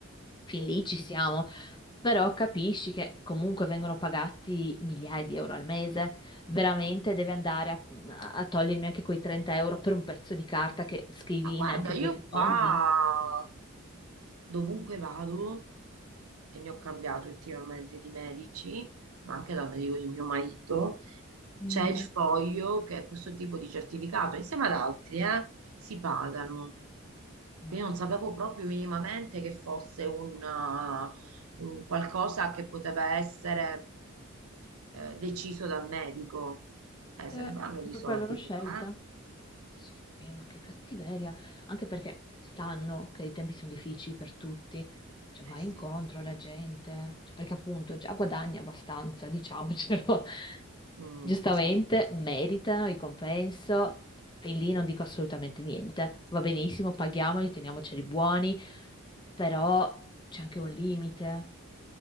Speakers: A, on the left (about 20°); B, on the right (about 85°).
A: Fin lì ci siamo, però capisci che comunque vengono pagati migliaia di euro al mese. Veramente devi andare a, a togliermi anche quei 30 euro per un pezzo di carta che scrivi
B: Ma guarda,
A: in anche
B: io
A: due secondi?
B: qua dovunque vado, e ne ho cambiato ultimamente di medici, ma anche dal medico di mio marito,
A: Mm,
B: c'è il foglio che è questo tipo di certificato, insieme ad altri, eh, si pagano.
A: madonna.
B: Quindi non sapevo proprio minimamente che fosse una- un qualcosa che poteva essere eh, deciso dal medico. Eh,
A: Cioè,
B: se ne
A: è
B: fanno di
A: proprio
B: soldi,
A: la loro scelta.
B: però, eh?
A: Sì, ma che cattiveria, anche perché sanno che i tempi sono difficili per tutti, cioè vai
B: Eh sì,
A: incontro alla gente, cioè, perché appunto già guadagni abbastanza, diciamocelo. <laughs>
B: Mm,
A: Giustamente
B: sì.
A: meritano il compenso, fin lì non dico assolutamente niente, va benissimo, paghiamoli, teniamoceli buoni, però c'è anche un limite.